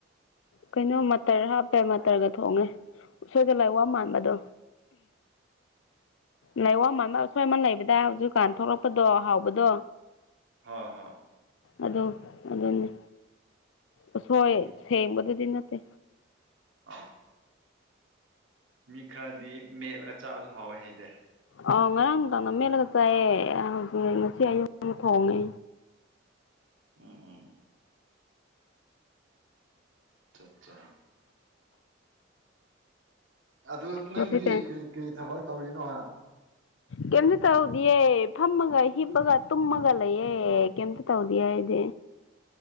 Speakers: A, on the left (about 80°); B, on the right (about 80°).
A: ꯀꯩꯅꯣ ꯃꯇꯇꯔ ꯍꯥꯞꯄꯦ ꯃꯇꯇꯔꯒ ꯊꯣꯡꯉꯦ ꯎꯁꯣꯏꯗ ꯂꯥꯛꯋꯥ ꯃꯥꯟꯕꯥꯕꯗꯣ ꯂꯥꯏꯋꯥ ꯃꯟꯕ ꯑꯁꯣꯏ ꯑꯃꯥ ꯂꯩꯕꯗꯥꯏ ꯍꯧꯖꯤꯛꯀꯥꯟ ꯊꯣꯛꯂꯛꯄꯗꯣ ꯍꯥꯎꯕꯗꯣ
B: ꯍꯥꯥ ꯍꯥꯥ
A: ꯑꯗꯨ ꯑꯗꯨꯅꯦ ꯎꯁꯣꯏ
B: ꯑꯣ
A: ꯁꯦꯡꯕꯗꯨꯗꯤ ꯅꯠꯇꯦ
B: ꯑꯥ ꯃꯤ ꯈꯔꯗꯤ ꯃꯦꯠꯂꯒ ꯆꯥꯕꯁꯨ ꯍꯥꯎꯋꯦ ꯍꯥꯏꯗꯥꯏ
A: ꯑ ꯉꯔꯥꯡ ꯅꯨꯡꯗꯥꯡ ꯅ ꯃꯦꯠꯂꯒ ꯆꯥꯏꯑꯦ ꯍꯧꯖꯤꯛ ꯉꯁꯤ ꯑꯌꯨꯛ ꯊꯣꯡꯉꯦ
B: ꯎꯝ ꯎꯝ ꯑ ꯆꯠ ꯆꯥ ꯑꯗꯨ ꯅꯪꯗꯤ
A: ꯉꯁꯤꯁꯦ
B: ꯀꯩ ꯀꯩ ꯊꯕꯛ ꯇꯧꯔꯤꯅꯣ
A: ꯀꯩꯝꯇ ꯇꯧꯗꯤꯌꯦ ꯐꯝꯃꯒ ꯍꯤꯞꯄꯒ ꯇꯨꯝꯃꯒ ꯂꯩꯌꯦ ꯀꯩꯝꯇ ꯇꯧꯗꯦ ꯍꯥꯏꯗꯤ